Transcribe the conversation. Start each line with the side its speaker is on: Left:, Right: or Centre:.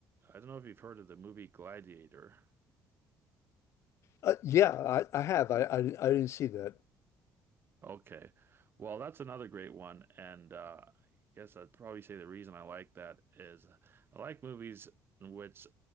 Right: I don't know if you've heard of the movie Gladiator.
Left: Uh, yeah, I, I have. I, I I didn't see that.
Right: Okay. Well, that's another great one. And uh, I guess I'd probably say the reason I like that is uh, I like movies in which